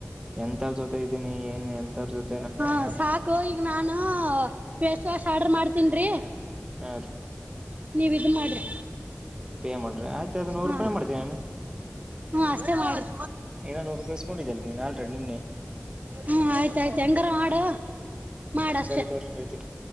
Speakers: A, on the right; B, on the right.
A: ಎಂತವರ್ ಜೊತೆ ಇದೀನಿ ಏನ್ ಎಂತರ ಜೊತ್
B: ಹಾ ಸಾಕು ಈಗ ನಾನ ಫೇಸ್ ವಾಶ್ ಆರ್ಡರ್ ಮಾಡ್ತೀನಿರಿ
A: ಹಾ ರಿ
B: ನೀವ್ ಇದ ಮಾಡ್ರಿ.
A: ಪೇ ಮಾಡ್ರಿ ಆಯ್ತ ಅದು ನೂರು
B: ಹಾ
A: ರೂಪಾಯಿ ಮಾಡ್ತೀನಿ ನಾನು
B: ಹ್ಮ ಅಷ್ಟೆ ಮಾಡ್ರಿ
A: ಇನ್ನ ನೂರು ರೂಪಾಯಿ ಇಸ್ಕೊಂಡಿದ್ದಿಲ್ಲ ನೀನ್ ಆಲ್ರೆಡಿ ನಿನ್ನೆ
B: ಹ್ಮ ಆಯ್ತ ಆಯ್ತ ಹೆಂಗಾರ ಮಾಡ ಮಾಡಷ್ಟೆ.
A: ಸರಿ ತೋರಿ ಹೇಳ್ತೀನಿ